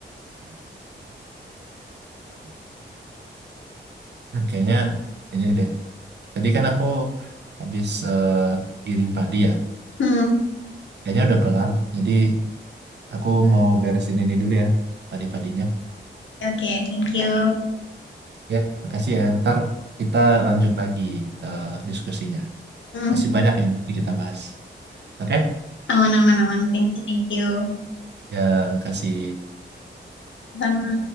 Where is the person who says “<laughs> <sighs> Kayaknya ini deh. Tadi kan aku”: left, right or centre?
Right